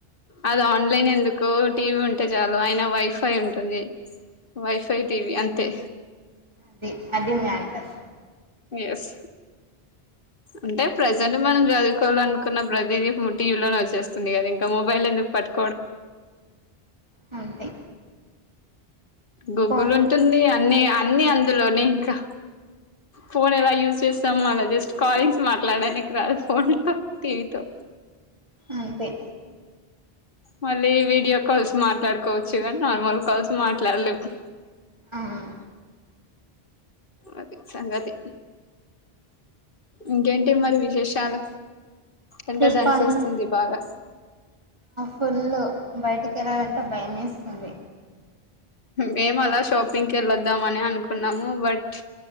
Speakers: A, on the left; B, on the right.
A: అది ఆన్లైన్ ఎందుకు టీవీ ఉంటే చాలు అయినా వైఫై ఉంటుంది వైఫై టీవి అంతే
B: అది అది మ్యాటర్
A: ఎస్ అంటే ప్రజెంట్ మనం చదువుకోవాలి అనుకున్న ప్రతిదీ టీవీలో వచ్చేస్తుంది కదా ఇంకా మొబైల్ ఎందుకు పట్టు
B: ఆ అంతే
A: గూగుల్
B: ఫోన్లు
A: ఉంటుంది అన్ని అన్ని అందులోనే ఇంకా ఫోన్ ఎలా యూజ్ చేస్తాం మన జస్ట్ కాలింగ్స్ మాట్లాడడానికి రాదు ఫోన్ తో టివితో
B: అంతే
A: మళ్ళీ వీడియో కాల్స్ మాట్లాడుకోవచ్చు కాని నార్మల్ కాల్స్ మాట్లాడలేము
B: అవును
A: అది సంగతి ఇంకేంటి మరి విశేషాలు ఎండ
B: చెప్పాలి
A: దాంచిఏస్తుంది బాగా
B: పుల్ బయటికి వెళ్ళాలంటే భయమేస్తుంది
A: మేము అలా షాపింగ్కి వెళ్ళొద్దామ అని అనుకున్నాము బట్